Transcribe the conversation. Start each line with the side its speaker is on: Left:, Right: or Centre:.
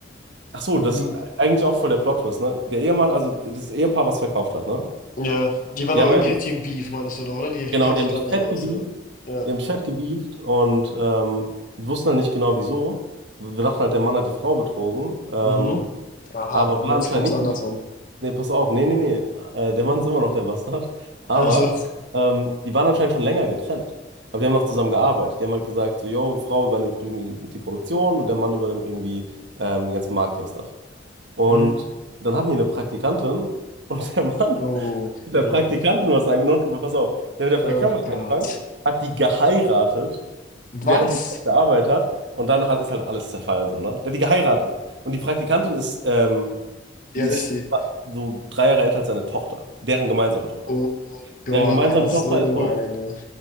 Right: Ach so,
Left: Mhm.
Right: das ist eigentlich auch voll der Plot-Twist, ne? Der Ehemann, also das Ehepaar, was verkauft hat, ne?
Left: Ja, die waren
Right: Die
Left: auch
Right: haben
Left: irgendwie
Right: ja,
Left: richtig im Beef, meinst du, doch, oder? Die
Right: genau,
Left: können
Right: die
Left: sich
Right: haben
Left: gar
Right: mich
Left: nicht
Right: fett
Left: aus.
Right: geliebt
Left: Ja. Ja.
Right: Die haben fett gebieft und ähm, wir wussten halt nicht genau wieso. Wir dachten halt, der Mann hat die Frau betrogen. Ähm,
Left: Mhm. Aha,
Right: aber
Left: aber
Right: war
Left: jetzt
Right: anscheinend
Left: kommt
Right: nicht
Left: es andersrum.
Right: so die. Nee, pass auf, nee, nee, nee. Äh, der Mann ist immer noch der Bastard. Aber
Left: Also,
Right: ähm, die waren anscheinend schon länger getrennt. Aber die haben noch zusammen gearbeitet. Die haben halt gesagt, so, yo, Frau übernimmt irgendwie die Produktion und der Mann übernimmt irgendwie ähm, den ganzen Marketing-Stuff. Und
Left: mhm.
Right: dann hatten die eine Praktikantin <laughs> und der Mann
Left: Oh,
Right: mit
Left: ja.
Right: der Praktikantin was angefangen. Pass auf, der mit der
Left: Oh
Right: Praktikantin was
Left: Gott.
Right: angefangen, hat die geheiratet
Left: Was?
Right: während die gearbeitet hat. Und dann hat, ist halt alles zerfallen, so, ne? Der hat die geheiratet. Und die Praktikantin ist, ähm,
Left: Ja,
Right: die
Left: das
Right: ist
Left: ist sie.
Right: so drei Jahre älter als seine Tochter. Deren gemeinsame Tochter.
Left: Oh Gott,
Right: Deren gemeinsame
Left: er ist
Right: Oh, Tochter
Left: so
Right: ist so,
Left: eine.